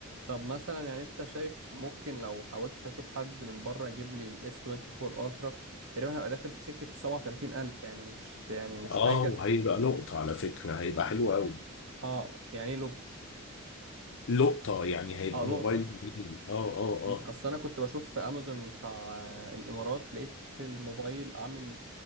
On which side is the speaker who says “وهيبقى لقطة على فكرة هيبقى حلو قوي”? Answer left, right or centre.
Left